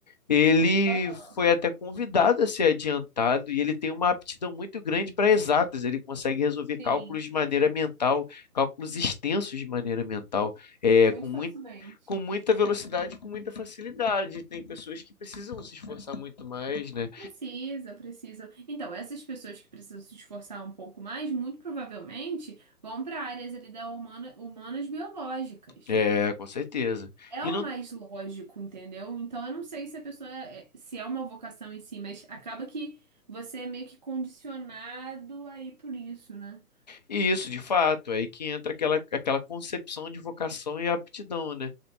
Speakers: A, on the left; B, on the right.
A: ele
B: Aham.
A: foi até convidado a ser adiantado e ele tem uma aptidão muito grande para exatas. Ele consegue resolver cálculos
B: Sim,
A: de maneira mental, cálculos extensos de maneira mental é,
B: muito
A: com
B: facilmente.
A: com muita velocidade, com muita facilidade. Tem pessoas que precisam se esforçar muito mais, né?
B: Precisa, precisa. Então, essas pessoas que precisam se esforçar um pouco mais, muito provavelmente vão para áreas ali da humana, humanas biológicas.
A: É, com certeza.
B: É
A: E,
B: o
A: não,
B: mais lógico, entendeu? Então, eu não sei se a pessoa é- é, se é uma vocação em si, mas acaba que você é meio que condicionado aí por isso, né?
A: e isso, de fato, é aí que entra aquela, aquela concepção de vocação e aptidão, né?